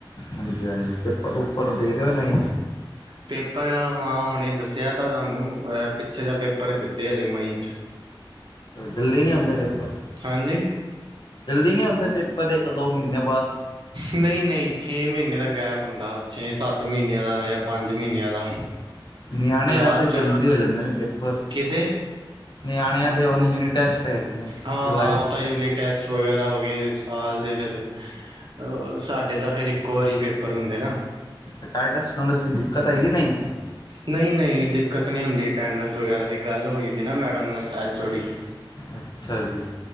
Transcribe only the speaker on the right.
ਪੇਪਰ ਹਾਂ ਹੁਣੇ ਦੱਸਿਆ। ਕਿਹਾ ਤਾਂ ਤੁਹਾਨੂੰ ਪਿੱਛੇ ਪੇਪਰ ਦਿੱਤੇ ਹਜੇ ਮਈ 'ਚ
ਹਾਂਜੀ
ਨਹੀਂ ਨਹੀਂ ਛੇ ਮਹੀਨੇ ਦਾ ਗੈਪ ਹੁੰਦਾ ਛੇ ਸੱਤ ਮਹੀਨਿਆਂ ਦਾ ਜਾਂ ਯਾ ਪੰਜ ਮਹੀਨਿਆਂ ਦਾ
ਲਾਸਟ
ਕਿਦੇ
ਹਾਂ
ਹਾਂ
ਉਹ ਤਾਂ ਯੂਨਿਟ ਟੈਸਟ ਵਗੈਰਾ ਹੋ ਗਏ ਸਾਲ ਦੇ ਫਿਰ ਅ ਸਾਡੇ ਤਾਂ ਫਿਰ ਇੱਕੋ ਵਾਰੀ ਪੇਪਰ ਹੁੰਦੇ ਨਾ
ਨਹੀ ਨਹੀਂ ਦਿੱਕਤ ਨੀ ਹੁੰਦੀ ਅਟੈਂਡਸ ਵਗੈਰਾ ਦੀ ਗੱਲ ਹੋਈ ਦੀ ਏ ਨਾ ਮੈਡਮ ਐਚ ਔਡੀ ਨਾਲ